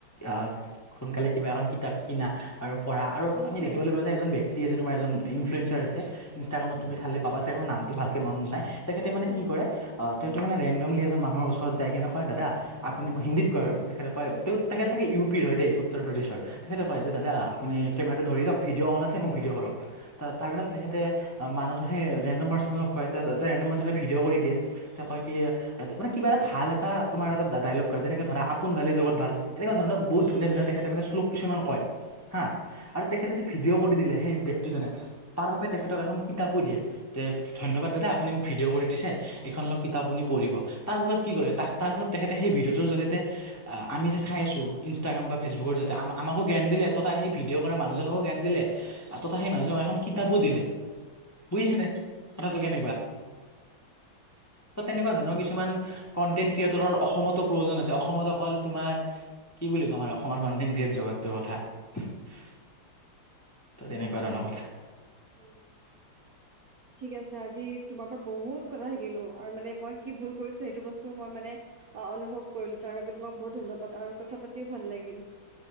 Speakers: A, on the left; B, on the right.
A: আহ' সোনকালে কিবা এখন কিতাপ কিনা আৰু- পঢ়া আৰু
B: নিশ্চয়
A: আমি দেখিবলৈ পাওঁ যে এজন ব্যক্তি আছে তোমাৰ এজন ইফ্লুৱেঞ্চাৰ আছে, ইনষ্টাগ্ৰামত তুমি চালে পাবা যে মোৰ নামটো ভালকে মনত নাই, তেখেতে
B: উম
A: মানে কি
B: উম
A: কৰে অ' তেখেতে
B: উম
A: মানে ৰেণ্ডমলি এজন মানুহ ৰ ওচৰত যায় কিনে কয় দাদা আপুনি মই
B: উম
A: হিন্দীত কয় আৰু, তেখেতে কয়
B: উম
A: তেখেত চাগে ইউ পিৰ হয় দেই- উত্তৰ প্ৰদেশৰ, তেখেতে কয় যে দাদা আপুনি কেমেৰাটো ধৰি দিয়ক, ভিডিঅ' অন আছে মোক ভিডিঅ' কৰক। তাৰপিছ তে মানুহতো সেই ৰেণ্ডম পাৰ্চনক কয় ৰেণ্ডম তাৰপিছত তাই ৰেণ্ডম পাৰ্চনজনে ভিডিঅ' কৰি দিয়ে। তে কয় কি মানে কিবা এটা ভাল এটা তোমাৰ এটা ডায়লগ কয় যেনেকে ধৰা আপোন ভালে জগত ভাল। এনেকুৱা ধৰণৰ বহুত ধুনীয়া ধুনীয়া তেখেতে মানে শ্লোক কিছুমান কয় হা আৰু তেখেতে যে ভিডিঅ' কৰি দিলে সেই ব্যক্তিজনে তাৰ বাবে তেখেতক এখন কিতাপো দিয়ে যে ধন্যবাদ দাদা আপুনি মোক ভিডিঅ' কৰি দিছে- এইখন লক কিতাপ আপুনি পঢ়িব। তাৰ ফলত কি কৰে তাৰ ফলত তেখেতে সেই ভিডিঅ'টোৰ জৰিয়তে অঁ' আমি যে চাই আছোঁ ইনষ্টাগ্ৰাম বা ফেচবুকৰ জৰিয়তে, আমাৰ আমাকো জ্ঞান দিলে তথা সেই ভিডিঅ' কৰা মানুহজনকো জ্ঞান দিলে আৰু তথা সেই মানুহজনক এখন কিতাপো দিলে। বুজিছা নে কথাটো কেনেকুৱা। ত' তেনেকুৱা ধৰণৰ কিছুমান কনটেন্ট ক্ৰিয়েটৰৰ অসমতো প্ৰয়োজন আছে, অসমত অকল তোমাৰ কি বুলি কম আৰু অসমৰ কণ্টেণ্ট ক্ৰিয়েট জগতটোৰ কথা।
B: <unintelligible>
A: ত' তেনেকুৱা ধৰণৰ কথা।
B: উমঁ' ঠিক আছে, আজি তোমাৰ পৰা বহুত কথা শিকিলোঁ। আৰু মানে মই কি ভুল কৰিছোঁ সেইটো বস্তু মই মানে- অঁ' অনুভৱ কৰিলো তাৰ বাবে তোমাক বহুত ধন্যবাদ আৰু কথা পাতিও ভাল লাগিল।